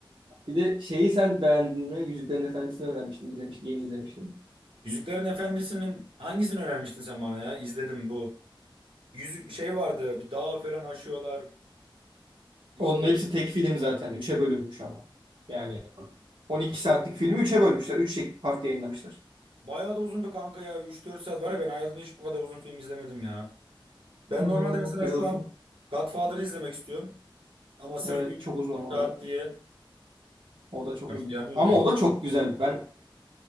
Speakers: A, on the right; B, on the right.
A: bir de şeyi sen beğendin mi? Yüzüklerin Efendisi'ni öğrenmiştim, izlemiştim, yeni izlemiştim.
B: Yüzüklerin Efendisi'nin hangisini önermiştin sen bana ya? İzledim bu. Yüzük şey vardı. Bir dağ falan aşıyorlar. İşte
A: Onun hepsi tek film zaten. Üçe bölünmüş ama. Yani 12 saatlik filmi üçe bölmüşler. üç şey part yayınlamışlar.
B: bayağı da uzundu kanka ya. 3-4 saat var ya ben hayatımda hiç bu kadar uzun film izlemedim ya. Ben
A: Hmm.
B: normalde mesela
A: Biraz
B: şu
A: uzun.
B: an Godfather'ı izlemek istiyorum. Ama sırf
A: Evet
B: 3
A: çok uzun ama
B: saat
A: o da.
B: diye
A: O da çok
B: başlayamıyorum
A: uzun. Ama
B: yani. Hiç-
A: o da çok güzel. Ben